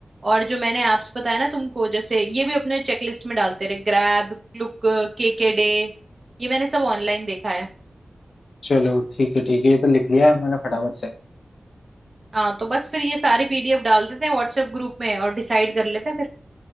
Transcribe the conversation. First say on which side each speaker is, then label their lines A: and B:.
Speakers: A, on the right (about 40°); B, on the left (about 80°).
A: और जो मैंने ऐप्स बताया ना तुमको जैसे ये भी अपने चेकलिस्ट में डालते रहे ग्रैब क्लुक केके डे ये मैंने सब ऑनलाइन देखा है
B: चलो ठीक है ठीक है ये तो लिख लिया है मैंने फटाफट से
A: हाँ तो बस फिर ये सारी पीडीएफ डाल देते हैं व्हाट्सएप ग्रुप में और डिसाइड कर लेते हैं फिर